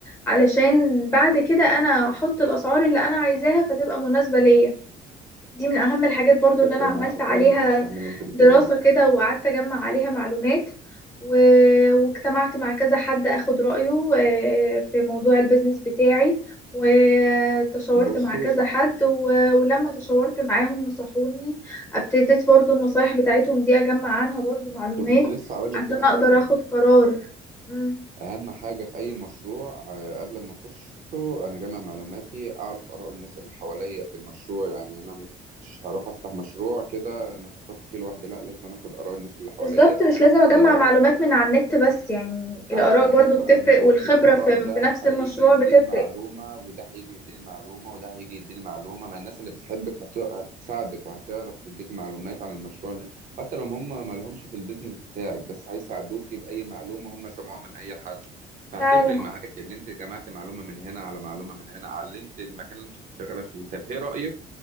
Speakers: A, on the left (about 15°); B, on the right (about 50°).
A: علشان بعد كده أنا أحط الأسعار اللي أنا عايزاها فتبقى مناسبة ليا دي من أهم الحاجات برضو اللي
B: اتفق
A: أنا
B: معاك
A: عملت
B: فعلا
A: عليها
B: في الكلام اللي انت بتقوليه
A: دراسة كده وقعدت أجمع عليها معلومات و... واجتمعت مع كذا حد أخد رأيه آه، في موضوع البيزنس بتاعي وتشاورت
B: بصي
A: مع كذا حد و... ولما تشاورت معاهم نصحوني ابتديت برضو النصايح بتاعتهم دي أجمع عنها برضو معلومات
B: كنت لسه هقول لك
A: عشان
B: كده
A: أقدر
B: فعلا
A: أخد قرار مم.
B: اهم حاجه في اي مشروع آه، قبل ما اخشه انا جامع معلوماتي اعرف اراء الناس اللي حواليا في المشروع يعني انا مش مش هروح افتح مشروع كده انا فكرت فيه لوحدي لا لازم أنا اخد اراء الناس اللي حواليا
A: بالظبط مش لازم أجمع
B: آه،
A: معلومات من على النت بس يعني الآراء
B: عشان
A: برضو
B: مثلا
A: بتفرق والخبرة
B: الآراء
A: في,
B: ده
A: في نفس
B: هيجي
A: المشروع
B: يديني
A: بتفرق
B: معلومة وده هيجي يديني معلومة وده هيجي يديني معلومة ما الناس اللي بتحبك هت... هتساعدك وهتعرف تديك معلومات عن المشروع اللي... حتى لو هم ما لهمش في البيزنس بتاعك بس هيساعدوك بأي معلومة هم سمعوها من أي حد فهتفرق
A: فعلا
B: معاك اللي انت جمعت معلومة من هنا على معلومة من هنا علمت المكان اللي انت كنت شغالة فيه طب ايه رأيك